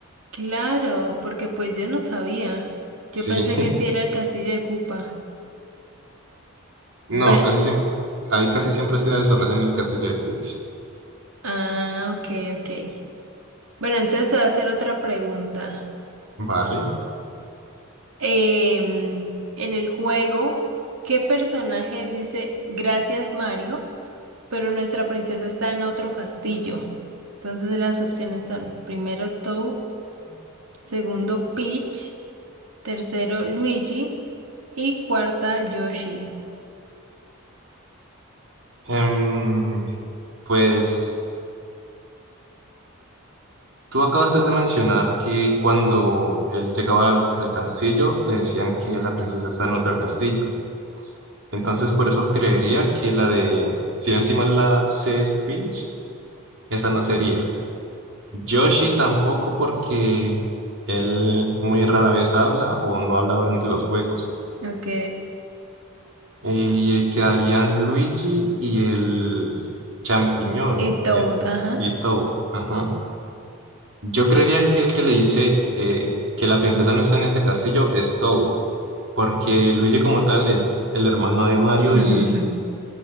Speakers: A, on the right; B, on the right.
A: Claro, porque pues yo no sabía.
B: Sí.
A: Yo pensé
B: <laughs>
A: que sí era el castillo de Koopa. Bueno,
B: No, casi siempre, ahí casi siempre se desarrolla en el castillo de Peach.
A: ah, ok, ok. Bueno, entonces te voy a hacer otra pregunta.
B: Vale.
A: Em, en el juego, ¿qué personaje dice gracias Mario, pero nuestra princesa está en otro castillo? Entonces las opciones son primero Toad, segundo Peach, tercero Luigi y cuarta Yoshi.
B: Em, pues tú acabaste de mencionar que cuando él llegaba al, al castillo le decían que la princesa está en otro castillo. Entonces por eso creería que la de, si no estoy mal, la C es Peach, esa no sería. Yoshi tampoco porque él muy rara vez habla o no habla durante los juegos.
A: Ok.
B: Y eh, quedarían Luigi y el champiñón,
A: Y Toad,
B: el
A: ajá.
B: y Toad. Ajá. Yo creería que el que le dice eh, que la princesa no está en ese castillo es Toad, porque Luigi como tal es el hermano de Mario
A: <laughs>
B: y,